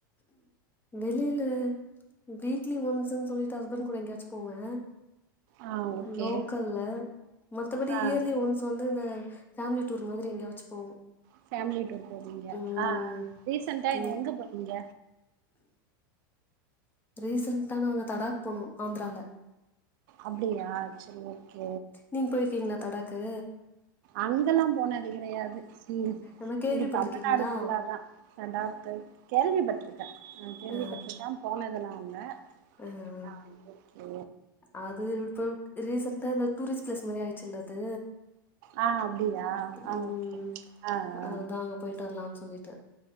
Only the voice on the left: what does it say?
வெளில வீக்லி ஒன்ஸுன் சொல்லி ஹஸ்பண் கூட எங்யாச்சு போவ
லோக்கல்ல மத்தபடி
இயர்லி ஒன் ஸ் வந்து இந்த ஃபேமிலி டூர் மாதிரி எங்க்யாச்சு போவோ
ம்
ம்
ரீசன்ட்டா நாங்க தடாக் போனோ ஆந்த்ரால
நீங் போய்ர்க்கீங்ளா தடாக்கு
நம்ம கேள்விப்பட்டிருக்கீங்களா
ஆ
ஆ
அது இப்போ ரீசண்ட்டா இந்த டூரிஸ்ட் பிளேஸ் மாரி ஆய்ட்ச்சுல்ல அது
ம்
அதா அங்க போய்ட்டு வர்லான் சொல்லிட்டு